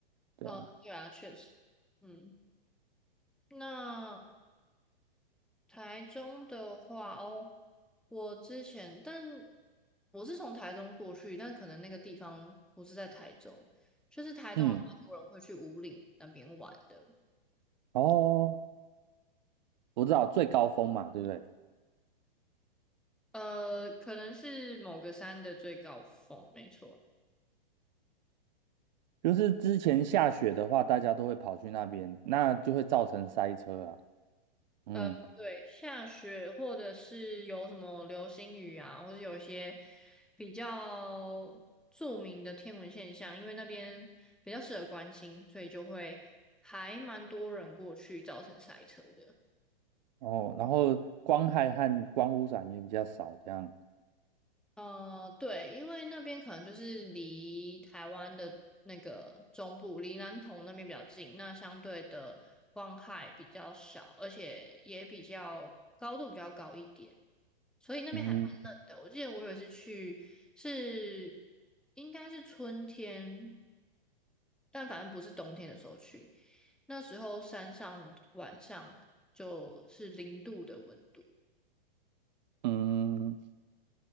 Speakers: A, on the right; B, in the centre.
A: 对啊，
B: 哦，对啊，确实，嗯，那台中的话，哦，我之前，但我是从台中过去，但可能那个地方不是在台中，就是台中有蛮多人会去五岭那边玩的，
A: 嗯，哦，我知道最高峰嘛，对不对？
B: 呃，可能是某个山的最高峰，没错。
A: 就是之前下雪的话，大家都会跑去那边，那就会造成塞车啊。嗯，
B: 呃，对，下雪或者是有什么流星雨啊，或者有一些比较著名的天文现象，因为那边比较适合观星，所以就会还蛮多人过去，造成塞车的。
A: 哦，然后光害和光污染也比较少，这样。
B: 呃，对，因为那边可能就是离台湾的那个中部，离南投那边比较近，那相对的光害比较少，而且也比较高度比较高一点。所以那边还蛮冷的。
A: 嗯
B: 我记得我有一次去是应该是春天，但反正不是冬天的时候去。那时候山上晚上就是零度的温度。
A: 嗯，